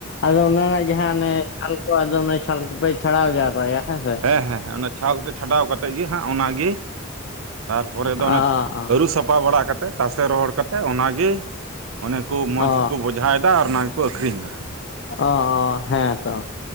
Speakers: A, on the left; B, on the right.
A: ᱟᱫᱚ ᱚᱱᱮ ᱚᱱᱟ ᱡᱟᱦᱟᱸ ᱚᱱᱮ ᱪᱷᱟᱞ ᱠᱚ ᱟᱫᱚ ᱚᱱᱟ ᱪᱷᱟᱞ ᱠᱚᱯᱮ ᱪᱷᱟᱲᱟᱣ ᱡᱟᱣᱨᱟᱭᱟ ᱦᱮᱸ ᱥᱮ?
B: ᱦᱮ ᱦᱮ ᱚᱱᱟ ᱪᱷᱟᱞ ᱛᱮᱫ ᱪᱷᱟᱰᱟᱣ ᱠᱟᱛᱮ ᱜᱮ ᱦᱟᱸᱜ ᱚᱱᱟᱜᱤ ᱛᱟᱨᱯᱚᱨᱮ ᱫᱚ ᱚᱱᱮ
A: ᱚ ᱚ
B: ᱟᱹᱨᱩ ᱥᱟᱯ ᱥᱟᱯᱷᱟ ᱵᱟᱲᱟ ᱠᱟᱛᱮ ᱛᱟᱥᱮ ᱨᱚᱦᱚᱲ ᱠᱟᱛᱮ ᱚᱱᱟᱜᱮ ᱚᱱᱮ ᱠᱚ ᱢᱚᱡᱽ
A: ᱚ
B: ᱜᱮᱠᱚ ᱵᱚᱡ᱾ ᱡᱷᱟᱭᱫᱟ ᱟᱨ ᱚᱱᱟ ᱜᱮᱠᱚ ᱟᱠᱷᱨᱤᱧ ᱫᱟ᱾
A: ᱚ ᱚ ᱦᱮᱸ ᱛᱚ